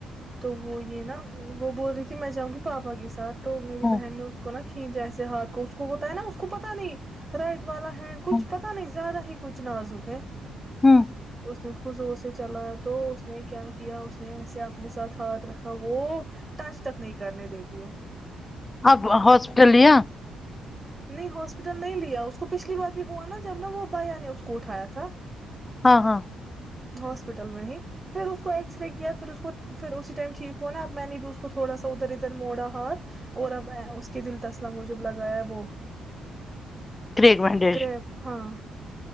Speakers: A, on the right; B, on the left.
A: تو وہ یہ نا وہ بول رہی تھی میں جؤں گی پاپا کے ساتھ تو میری
B: ہاں
A: بہن نے اس کو نہ جیسے ہاتھ کو اس کو ہوتا ہے نا اس کو پتا نہیں رائٹ والا ہے کچھ
B: ہاں
A: پتا نہیں زیادہ ہی چنازک ہے
B: ہوں
A: اس نے ک زور سے چلایا تو اس نے کیا کیا اس نے ایسے اپنے ساتھ ہاتھ رکھا وہ ٹچ تک نہیں کرنے دیتی ہے
B: اب ہاسپٹلیا
A: نہیں ہاسپٹل نہیں لیا اس کو پچھلی بار بھی ہوا نا جب نا وہ بیا نے اس کو اٹھایا تھا
B: ہاں ہاں
A: ہاسپٹل میں ہی پھر اس کو ایکس رے کیا پھر اس کو پھر اسی ٹائم ٹھیک ہوا نا اب میں نے بھی اس کو تھوڑا سا ادھر ادھر موڑا ہاتھ اور اب اس کے دل تسلا مجب لگایا وہ
B: کریک بینڈیج
A: گریپ ہاں